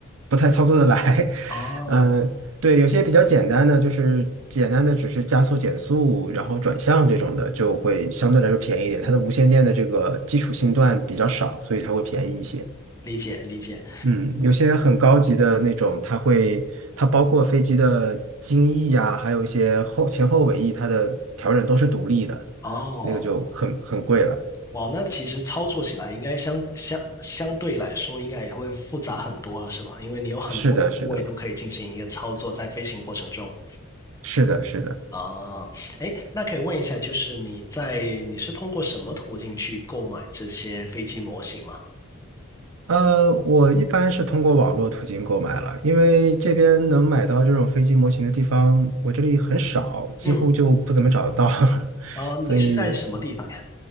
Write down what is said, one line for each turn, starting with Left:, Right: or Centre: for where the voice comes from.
Right: 不太操作的来。
Left: 哦，
Right: <laughs> 嗯，对，有些比较简单的，就是简单的只是加速、减速，然后转向这种的，就会相对来说便宜一点。它的无线电的这个基础信段比较少，所以它会便宜一些。
Left: 理解理解。
Right: 嗯，有些很高级的那种，它会它包括飞机的襟翼呀，还有一些后前后尾翼，它的调整都是独立的，
Left: 哦，
Right: 那个就很很贵了。
Left: 哇，那其实操作起来应该相相相对来说应该也会复杂很多了，是吧？因为你有很多部位都可以进行一个操作，
Right: 是的，是的，
Left: 在飞行过程中。
Right: 是的，是的。
Left: 啊，哎，那可以问一下，就是你在你是通过什么途径去购买这些飞机模型吗？
Right: 呃，我一般是通过网络途径购买了，因为这边能买到这种飞机模型的地方，我这里很少，几乎就不怎么找得到。
Left: 嗯，
Right: <laughs>
Left: 呃，你是在什么地方呀？
Right: 所以